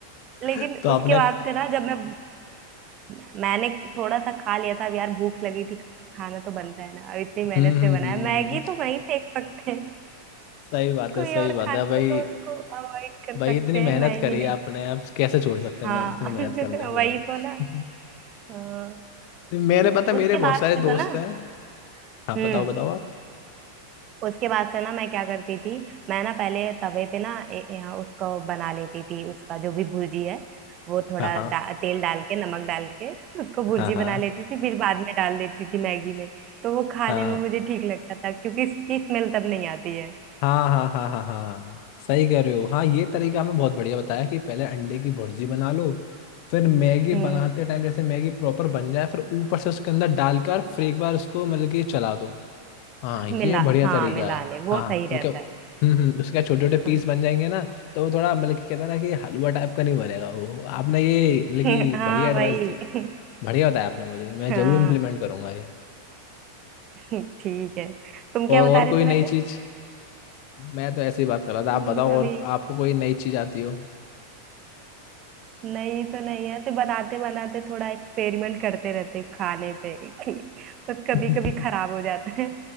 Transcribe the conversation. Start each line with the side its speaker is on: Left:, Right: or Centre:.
Right: लेकिन
Left: तो आपने
Right: उसके बाद से ना जब मैं मैंने थोड़ा सा खा लिया था अब यार भूख लगी थी खाना तो बनता है ना अब इतनी मेहनत
Left: हम्म
Right: से
Left: हम्म
Right: बनाया
Left: हम्म,
Right: मैगी तो वहीं फेंक सकते हैं
Left: सही बात
Right: कोई
Left: है सही
Right: और
Left: बात
Right: खाना
Left: है भाई
Right: हो तो उसको अवॉइड कर
Left: भाई
Right: सकते
Left: इतनी मेहनत
Right: हैं मैगी
Left: करी
Right: नहीं
Left: है आपने आप कैसे छोड़ सकते
Right: हाँ
Left: हैं मैं इतनी मेहनत
Right: <laughs>
Left: करने के
Right: वही
Left: बाद
Right: तो ना
Left: <laughs>
Right: हाँ।
Left: मेरे पता है, मेरे
Right: उसके
Left: बहुत
Right: बाद
Left: सारे
Right: से
Left: दोस्त
Right: तो ना
Left: हैं हाँ
Right: हम्म
Left: बताओ बताओ आप
Right: उसके बाद से ना मैं क्या करती थी मैं ना पहले तवे पे ना ए, ए, उसको बना लेती थी उसका जो भी भुर्जी है वो थोड़ा
Left: हाँ हाँ
Right: डा, तेल डाल के नमक डाल के उसको भुर्जी
Left: हाँ हाँ
Right: बना लेती थी फिर बाद में डाल देती थी मैगी में तो वो खाने
Left: हाँ
Right: में मुझे ठीक लगता था क्योंकि इसकी स्मेल तब नहीं आती है
Left: हाँ हाँ हाँ हाँ हाँ सही कह रहे हो हाँ ये तरीका आपने बहुत बढ़िया बताया कि पहले अंडे की भुर्जी बना लो फिर मैगी
Right: हम्म
Left: बनाते टाइम जैसे मैगी प्रॉपर बन जाए फिर ऊपर से उसके अंदर डालकर फिर एक बार उसको मतलब कि चला दो हाँ ये
Right: मिला
Left: बढ़िया
Right: हाँ
Left: तरीका
Right: मिला
Left: है
Right: ले वो
Left: हाँ हाँ,
Right: सही
Left: तो
Right: रहता
Left: क्या हम्म हम्म उसके छोटे छोटे
Right: है
Left: पीस बन जाएंगे ना तो वो थोड़ा मतलब कि कहते हैं ना कि हलवा टाइप का नहीं बनेगा वो आपने ये मतलब
Right: <laughs>
Left: कि
Right: हाँ
Left: बढ़िया एडवाइस
Right: भाई
Left: दी बढ़िया बताया आपने मुझे मैं
Right: हाँ
Left: जरूर इम्प्लीमेंट करूंगा ये
Right: ठीक है तुम
Left: और
Right: क्या
Left: और
Right: बता रहे
Left: कोई
Right: थे
Left: नई
Right: वैसे
Left: चीज मैं तो ऐसी बात कर रहा था
Right: हम्म,
Left: आप बताओ
Right: अभी
Left: और आपको कोई नई चीज आती हो
Right: नहीं तो नहीं है ऐसे बनाते बनाते थोड़ा एक्सपेरिमेंट करते रहते हैं खाने पे कि बस कभी
Left: <laughs>
Right: कभी खराब हो जाता है